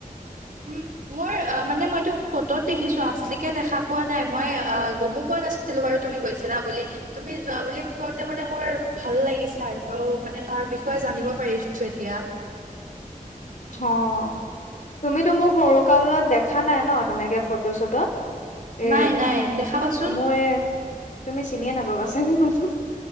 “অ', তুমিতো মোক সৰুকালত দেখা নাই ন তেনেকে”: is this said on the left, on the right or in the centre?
Left